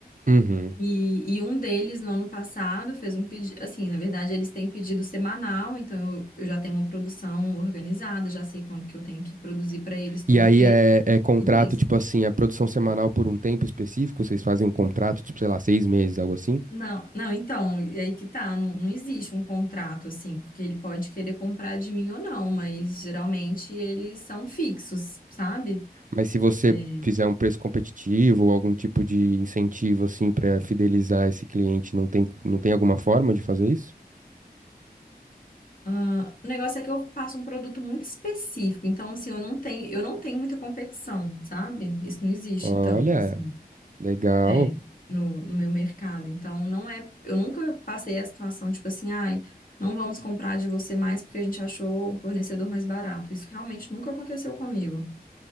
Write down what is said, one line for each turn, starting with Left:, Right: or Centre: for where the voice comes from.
Right: Uhum.
Left: E, e um deles, no ano passado, fez um pedido. Assim, na verdade, eles têm pedido semanal, então eu, eu já tenho uma produção organizada, já sei quanto que eu tenho que produzir para eles todo
Right: E aí
Left: mês,
Right: é, é contrato,
Left: tudo isso.
Right: tipo assim, a produção semanal por um tempo específico, vocês fazem um contrato, tipo, sei lá, seis meses, algo assim.
Left: Não, não, então, e aí que tá, não, não existe um contrato assim, porque ele pode querer comprar de mim ou não, mas geralmente eles são fixos, sabe?
Right: Mas se você
Left: É.
Right: fizer um preço competitivo ou algum tipo de incentivo, assim, pra fidelizar esse cliente, não tem, não tem alguma forma de fazer isso?
Left: Ah, o negócio é que eu faço um produto muito específico, então assim, eu não tenho, eu não tenho muita competição, sabe? Isso não existe
Right: Olha,
Left: tanto assim,
Right: legal.
Left: é, no, no meu mercado. Então não é, eu nunca passei a situação tipo assim, ai, não vamos comprar de você mais porque a gente achou um fornecedor mais barato. Isso realmente nunca aconteceu comigo.